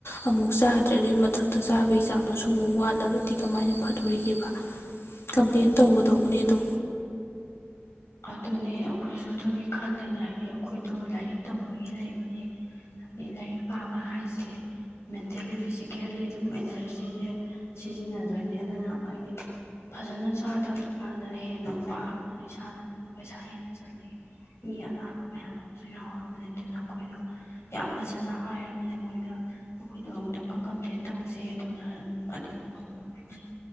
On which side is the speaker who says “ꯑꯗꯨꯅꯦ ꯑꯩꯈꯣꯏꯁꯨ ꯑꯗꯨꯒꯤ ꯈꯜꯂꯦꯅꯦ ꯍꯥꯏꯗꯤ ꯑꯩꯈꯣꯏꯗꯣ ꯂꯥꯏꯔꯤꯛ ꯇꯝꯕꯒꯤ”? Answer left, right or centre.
Left